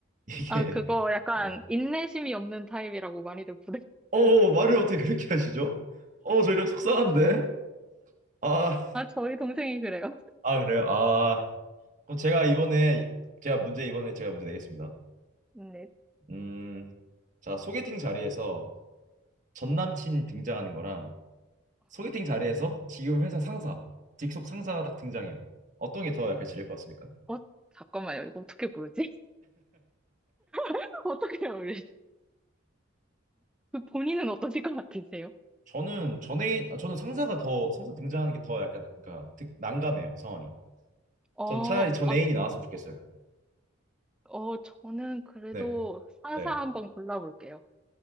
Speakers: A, on the right (about 35°); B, in the centre.
A: 이게
B: 아, 그거
A: <laughs>
B: 약간
A: 네.
B: 인내심이 없는 타입이라고 많이들 부르.
A: 어 어, 어, 말을 어떻게 그렇게 하시죠? 어 저 이러면 속상한데. 아,
B: 아, 저희 동생이 그래요.
A: 아 그래요. 아 그럼 제가 이번에 제가 문제 이번에 제가 문제 내겠습니다.
B: 네.
A: 음, 자 소개팅 자리에서 전 남친 등장하는 거랑 소개팅 자리에서 지금 회사 상사 직속 상사가 딱 등장해요. 어떤 게 더 약간 싫을 것 같습니까?
B: 어, 잠깐만요. 이거 어떻게 부르지? <laughs> 어떻게 부르지? 그 본인은 어떠실 것 같으세요?
A: 저는 전애인 아, 저는 상사가 더 상사 등장하는 게 더 약간 그러니까 득- 난감해요 상황이.
B: 어,
A: 전 차라리 전
B: 아,
A: 애인이 나왔으면 좋겠어요.
B: 어, 저는 그래도
A: 네,
B: 상사
A: 네.
B: 한번 골라볼게요.